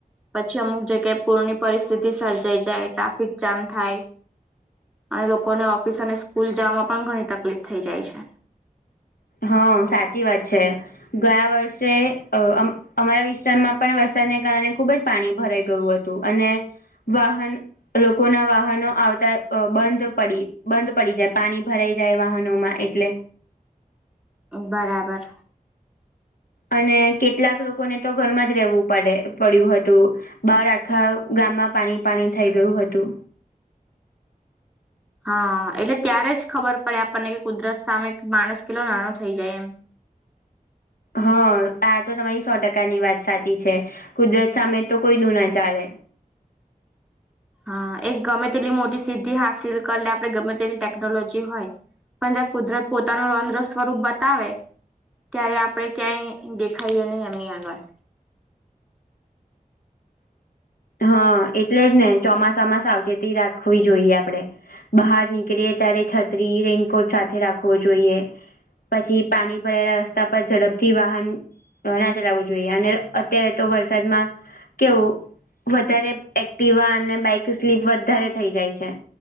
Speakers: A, in the centre; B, on the left (about 90°).
A: પછી અમુક જગ્યાએ પૂરની પરિસ્થિતિ સર્જાઈ જાય ટ્રાફિક જામ થાય અને લોકોને ઓફિસ અને સ્કૂલ જવામાં પણ ઘણી તકલીફ થઈ જાય છે
B: હા સાચી વાત છે. ગયા વર્ષે અ અમારા વિસ્તારમાં પણ વરસાદને કારણે ખુબ જ પાણી ભરાઈ ગયું હતું. અને વાહન લોકોના વાહનો આવતા બંધ પડી બંધ પડી જાય પાણી ભરાઈ જાય વાહનોમાં એટલે
A: બરાબર.
B: અને કેટલાક લોકોને તો ઘરમાં જ રહેેવું પડે પડ્યું હતું. બાર આખા ગામમાં પાણી, પાણી થઈ ગયું હતું.
A: હા એટલે ત્યારે જ ખબર પડે આપણને કે કુદરત સામે માણસ કેટલો નાનો થઈ જાય એમ.
B: હા આ તો તમારી સો ટકાની વાત સાચી છે કુદરત સામે તો કોઈ નું, ના ચાલે.
A: હા, એક ગમે તેટલી મોટી સિદ્ધિ હાંસિલ કરી આપણે ગમે તેટલી ટેકનોલોજી હોય. પણ જ્યાં કુદરત પોતાનું રોદ્ર સ્વરૂપ બતાવે ત્યારે આપણે ક્યાંય દેખાઈએ નહીં એમની આગળ.
B: હા, એટલે જને ચોમાસામાં સાવચેતી રાખવી જોઈએ આપડે. બહાર નીકળે ત્યારે છત્રી રેઇનકોટ સાથે રાખવો જોઈએ. પછી પાણી ભરાયેલા રસ્તા પર ઝડપથી વાહન ના ચલાવવું જોઈએ, અને અત્યારે તો વરસાદમાં કેવું. વધારે એક્ટિવા અને બાઈક સ્લીપ વધારે થઈ જાય છે.